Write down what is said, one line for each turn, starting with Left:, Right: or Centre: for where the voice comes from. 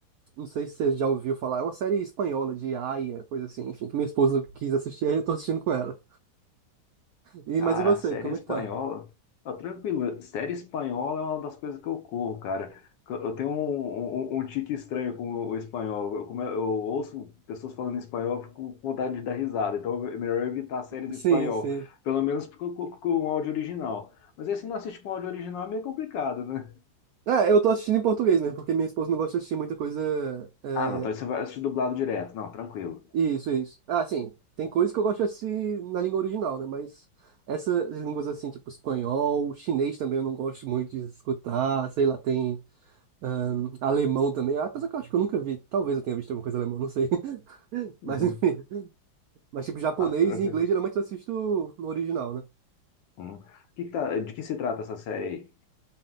Right: Não sei se você já ouviu falar, é uma série espanhola de Aia, coisa assim, enfim, que minha esposa quis assistir, aí eu tô assistindo com ela. E,
Left: Cara,
Right: mas e você,
Left: a série
Right: como
Left: espanhola.
Right: é que tá?
Left: Tá tranquilo. Série espanhola é uma das coisas que eu corro, cara. Eu tenho um, um, um tique estranho com o espanhol. Eu, como eu, eu ouço pessoas falando espanhol, eu fico com vontade de dar risada. Então é melhor evitar séries
Right: Sim,
Left: em espanhol.
Right: sim.
Left: Pelo menos com, com, com o áudio original. Mas aí se não assiste com áudio original é meio complicado, né?
Right: É, eu tô assistindo em português mesmo, porque minha esposa não gosta de assistir muita coisa é,
Left: Ah, não, então aí você vai assistir dublado direto. Não, tranquilo.
Right: Isso, isso. Ah, sim. Tem coisas que eu gosto assim na língua original, né? Mas essas línguas assim, tipo espanhol, chinês também eu não gosto muito de escutar, sei lá, tem ahn, alemão também. Ah, Apesar que eu acho que eu nunca vi. Talvez eu tenha visto alguma coisa alemã, não sei. <laughs>
Left: Uhum.
Right: Mas enfim. Mas tipo japonês
Left: Ah, tranquilo.
Right: e inglês geralmente eu assisto no original, né?
Left: Uhum. O que que tá- de que se trata essa série aí?